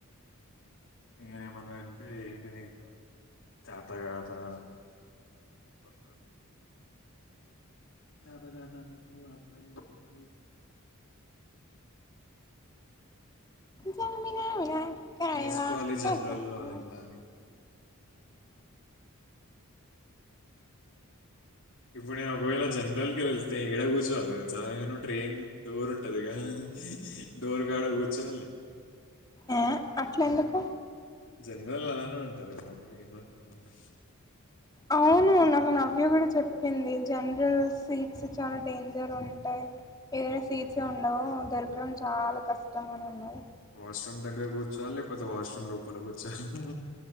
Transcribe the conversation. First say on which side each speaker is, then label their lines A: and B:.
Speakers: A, on the left; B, on the left.
A: నేనేమన్నా అంటే ఏంటి నీకు చేతకాదా పక్క. చాతకాదనీకు అబ్బాయ్ నువ్వు.
B: జామినా వినా కాయవా
A: నేస్కోవాలి జన్రల్లొ
B: కట్టకయా
A: వెళ్ళాలి. ఇప్పుడు నేన్ ఒగ్వేళ జనరల్కెళ్తె ఏడ గుస్సోవాల్ దెల్సా నేను ట్రెయ్న్ డోరుంటది గద డోర్ కాడా కూర్చోవాలి
B: ఏ అట్లెందుకు
A: జెనరల్లో అలానే ఉంటది కద మరి ఏమనుకున్నావ్
B: అవును నాకు నవ్య కూడా చెప్పింది జనరల్ సీట్స్ చాలా డేంజర్ ఉంటాయి ఏడ సీట్సే ఉండవూ దొరకడం చాలా కష్టం అని అన్నది
A: వాష్రూమ్ దగ్గర కూర్చోవలి లేకపోతే వాష్రూమ్ లోపల కూర్చోవాలి